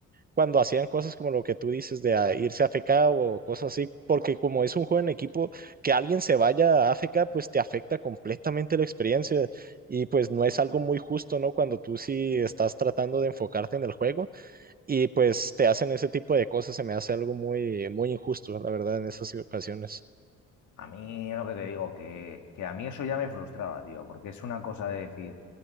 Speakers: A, on the right; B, on the left.
A: cuando hacían cosas como lo que tú dices de ah, irse a AFK o cosas así, porque como es un juego en equipo, que alguien se vaya a AFK, pues te afecta completamente la experiencia y pues no es algo muy justo, ¿no? Cuando tú sí estás tratando de enfocarte en el juego y pues te hacen ese tipo de cosas, se me hace algo muy, muy injusto, la verdad, en esas ocasiones.
B: A mí, lo que te digo, que, que a mí eso ya me frustraba, tío, porque es una cosa de decir